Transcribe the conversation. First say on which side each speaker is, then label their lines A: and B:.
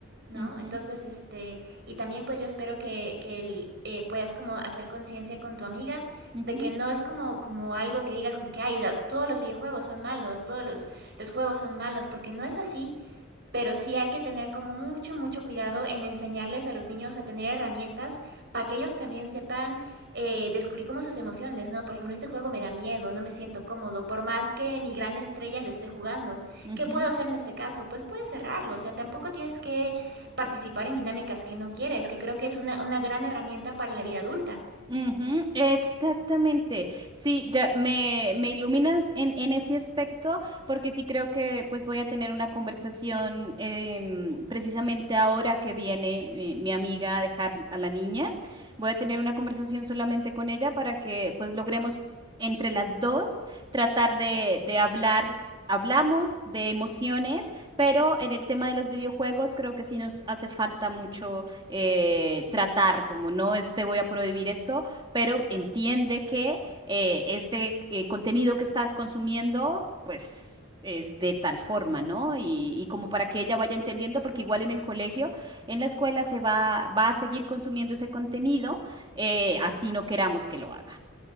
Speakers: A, on the right; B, on the right.
A: ¿no?
B: ujú,
A: Entonces, este, y también pues yo espero que, que el- eh, puedas como hacer conciencia con tu amiga
B: ujú,
A: de que no es como, como algo que digas como que, ay, la- todos los videojuegos son malos, todos los, los juegos son malos, porque no es así. Pero sí hay que tener como mucho, mucho cuidado en enseñarles a los niños a tener herramientas para que ellos también sepan eh, descubrir como sus emociones, ¿no? Por ejemplo, este juego me
B: ujú,
A: da miedo, no me siento cómodo, por más que mi gran estrella lo esté jugando.
B: ujú,
A: ¿Qué puedo hacer en este caso? Pues puedes cerrarlo, o sea, tampoco tienes que participar en dinámicas que no quieres, que creo que es una, una gran herramienta para la vida adulta.
B: Ujú, exactamente. Sí, ya me, me iluminas en, en ese aspecto porque sí creo que pues voy a tener una conversación em, precisamente ahora que viene eh, mi amiga a dejar a la niña. Voy a tener una conversación solamente con ella para que pues logremos entre las dos tratar de, de hablar. Hablamos de emociones, pero en el tema de los videojuegos creo que sí nos hace falta eh, tratar, como no es- te voy a prohibir esto, pero entiende que eh, este eh, contenido que estás consumiendo, pues... es de tal forma, ¿no? Y, y como para que ella vaya entendiendo, porque igual en el colegio, en la escuela se va, va a seguir consumiendo ese contenido, eh, así no queramos que lo haga.